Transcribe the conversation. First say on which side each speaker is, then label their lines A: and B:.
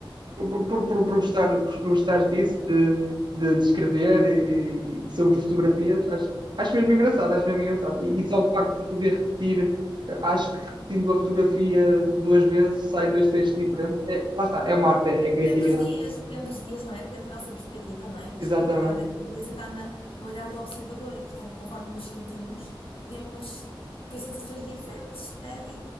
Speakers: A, on the right; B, on the left.
A: Por, por, por, por gostar, por gostar disso, de, de, de escrever e, e sobre fotografias, acho, acho mesmo engraçado, acho mesmo engraçado. E, e só o facto de poder repetir, eu acho que repetindo a fotografia duas vezes sai dois textos diferentes. É, lá está, é uma arte, é, é criatividade.
B: Depende dos dias, depende dos dias, não é? Depende da nossa perspectiva, não é?
A: Exatamente.
B: Isto, a verdade é que a beleza está na- no olhar do observador e, portanto, conforme nos sentimos, podemos ter sensações diferentes, eh, e,